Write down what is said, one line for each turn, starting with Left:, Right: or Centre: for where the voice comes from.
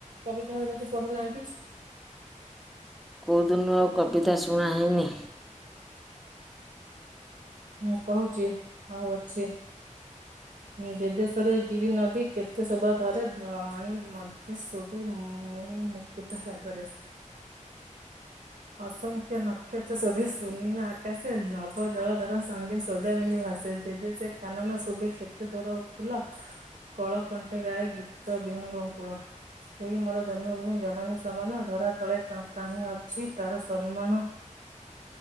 Right: କବିତା ହୁରାକେ ପଢୁନାହାଁନ୍ତି
Centre: କଉଦିନୁ ଆଉ କବିତା ଶୁଣା ହେଇନି।
Right: ହୁଁ କହୁଚି ଆଉ ଅଛି। ଜେ ଦେଶରେ ଗିରି ନଦୀ କେତେ ଶୋଭା ଧରେ ଧଣୀ ମଧ୍ୟ ଶୁଭେ ମୁଣି ମୁ କୁତା ସାଗରେ ଅସଂଖ୍ୟ ନକ୍ଷତ୍ର ଶୋଭେ ସୁନୀଳ ଆକାଶ ନବ ଜଳ ଧର ସଙ୍ଗେ ସୌଦାମିନି ଭାସେ। ଯେ ଦେସେ କାନନ ଶୁଭେ ସେ କେଦୋର ଫୁଲ କଳ କଣ୍ଠେ ଗାଏ ଗୀତ ବିହଙ୍ଗ କୂଳ। ସେଇ ମୋର ଜନ୍ମଭୂମି ଜନନୀ ସମାନ ଧରା ତଳେ କାହିଁ ଅଛି ତାର ସମ୍ମାନ। ହ